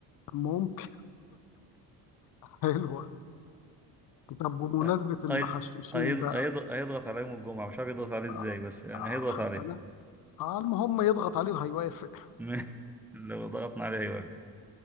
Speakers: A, on the left (about 50°); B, in the centre.
A: ممكن حلوه طب بمناسبه
B: هي-
A: المحشوشين
B: هيض-
A: بقى
B: هيض- هيضغط عليه يوم الجمعة مش عارف يضغط عليه ازاي
A: آه،
B: بس يعني
A: آه،
B: هيضغط عليه
A: انا على ما هم يضغط عليه وهيوافق
B: <laughs> م- لو ضغطنا عليه هيوافق